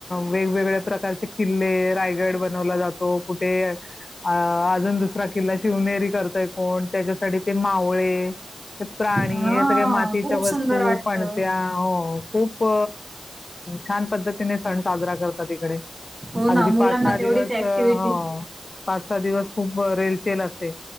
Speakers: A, on the left (about 50°); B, on the right (about 40°).
A: वेगवेगळ्या प्रकार किल्ले रायगड बनवला जातो. कुठे अ अजून दुसरा किल्ला शिवनेरी करतय कोण, त्याच्यासाठी ते मावळे. प्राणी
B: हा
A: हे सगळ्या मातीच्या
B: खूप
A: वस्तू
B: सुंदर वाटतं.
A: पणत्या हो खूप छान पद्धतीने सण साजरा करतात इकडे.
B: हो ना
A: अगदी
B: मुलांना
A: पाच सहा
B: तेवढीच
A: दिवस,
B: ऍक्टिव्हटी
A: हो पाच सहा दिवस खूप रेलचेल असते.